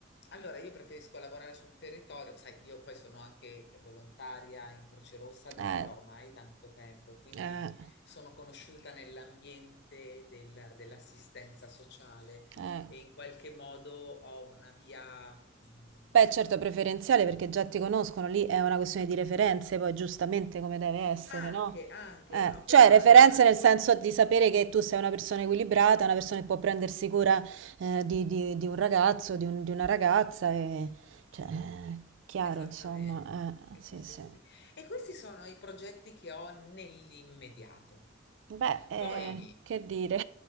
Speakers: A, on the left; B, on the right.
A: Allora, io preferisco lavorare sul territorio, sai, io poi sono anche volontaria in Croce Rossa da
B: Eh,
A: ormai tanto tempo, quindi
B: eh,
A: sono conosciuta nell'ambiente della- dell'assistenza sociale
B: eh.
A: e in qualche modo ho una via mh,
B: Beh, certo, preferenziale perché già ti conoscono, lì è una questione di referenze, poi giustamente come deve essere,
A: anche,
B: no?
A: anche,
B: Eh,
A: no,
B: cioè,
A: però
B: referenze
A: non, non
B: nel senso
A: vol-
B: di sapere che tu sei una persona equilibrata, una persona che può prendersi cura eh, di, di- di un ragazzo, di, un- di una ragazza, e, cioè, chiaro,
A: esattamente,
B: insomma,
A: e
B: eh, sì,
A: questo
B: sì.
A: è così. E questi sono i progetti che ho nell'immediato.
B: Beh, eh,
A: Poi,
B: che dire,